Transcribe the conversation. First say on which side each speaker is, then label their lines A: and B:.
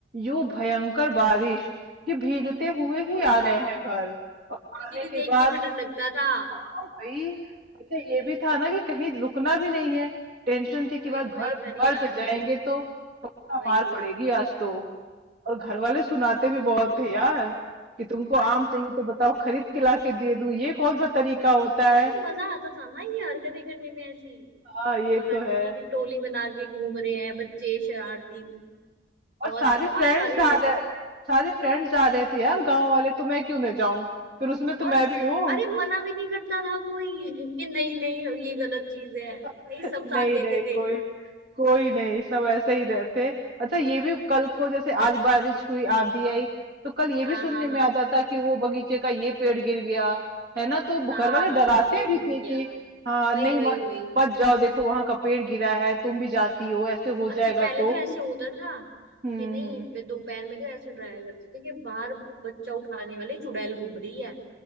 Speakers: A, on the right; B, on the right.
A: यूं भयंकर बारिश कि भीगते हुए ही
B: और
A: आ रहे
B: हाँ
A: हैं घर और
B: बिजली
A: आने के
B: देख
A: बाद
B: के भी डर लगता था
A: हाँ भाई अच्छा ये भी था ना कि कहीं रुकना भी नहीं है टेंशन थी कि
B: वही
A: बार घर
B: वही घर ही
A: घर
B: आना
A: पे जाएंगे
B: है
A: तो पक्का
B: वही
A: मार
B: वही
A: पड़ेगी आज तो और घर वाले सुनाते भी बहुत
B: वही
A: थे यार कि तुमको आम चाहिए तो बताओ खरीद के ला के दे दूं ये कौन सा तरीका होता है
B: अरे मजा आता था ना ये हरकतें करने में ऐसी
A: हाँ ये
B: बाहर
A: तो
B: निकल
A: है
B: के टोली बना के घूम रहे हैं बच्चे शरारती बहुत
A: और सारे
B: बहुत
A: फ्रेंड्स
B: सारी
A: जा रहे सारे फ्रेंड्स जा रहे थे यार गांव वाले तो मैं क्यों ना जाऊं फिर उसमें तो
B: और
A: मैं भी हूँ
B: अरे मना भी नहीं करता था कोई <laughs> कि नहीं नहीं ये गलत चीज है
A: <laughs>
B: नहीं सब साथ
A: नहीं
B: देते
A: नहीं
B: थे
A: कोई कोई नहीं सब ऐसे ही रहते अच्छा ये भी कल को जैसे आज बारिश हुई आंधी आई तो कल ये
B: हाँ
A: भी सुनने
B: हाँ हाँ
A: में आता था कि वो बगीचे का ये पेड़ गिर गया है ना तो
B: हाँ
A: घर वाले डराते
B: ये
A: भी
B: टूट
A: थे
B: गया
A: कि हाँ
B: वही
A: नहीं
B: वही
A: मत
B: वही
A: मत जाओ देखो वहां का पेड़ गिरा है तुम भी जाती हो ऐसे
B: वही
A: हो
B: अरे
A: जाएगा
B: पहले
A: तो
B: तो ऐसे होता था
A: हम्म
B: कि नहीं
A: हम्म
B: पे- दोपहर में तो ऐसे डराया करते थे कि बाहर बच्चा उठाने वाली चुड़ैल घूम रही है